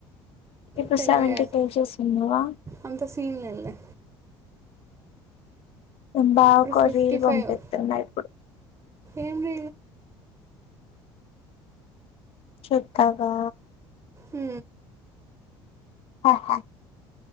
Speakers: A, on the left; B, on the right.
A: ఇప్పుడు
B: పెళ్ళయ్యాక
A: సెవెంటీ కేజెస్ ఉన్నావా
B: అంత సిన్ లేదులే
A: మా బావకు
B: ఇప్పుడు
A: ఒక
B: ఫిఫ్టీ
A: రిల్ పంపితున్నాయి,
B: ఫైవ్ ఏం రిల్
A: చుతావా
B: ఉ
A: ఆహా